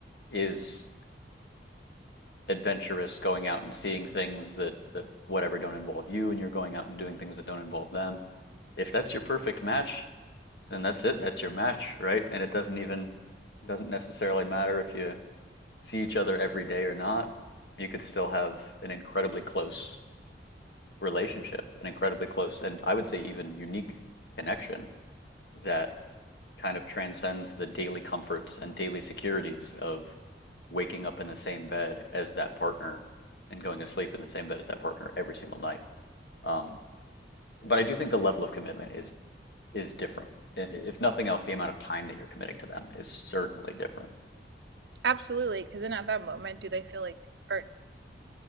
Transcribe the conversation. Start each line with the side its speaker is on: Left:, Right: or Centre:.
Left: is adventurous, going out and seeing things that that whatever don't involve you and you're going out and doing things that don't involve them. If that's your perfect match, then that's it. That's your match, right? And it doesn't even it doesn't necessarily matter if you see each other every day or not. You could still have an incredibly close relationship, an incredibly close, and I would say even unique connection that kind of transcends the daily comforts and daily securities of waking up in the same bed as that partner and going to sleep in the same bed as that partner every single night. Um, but I do think the level of commitment is is different. If nothing else, the amount of time that you're committing to them is certainly different.
Right: Absolutely, because then at that moment, do they feel like, or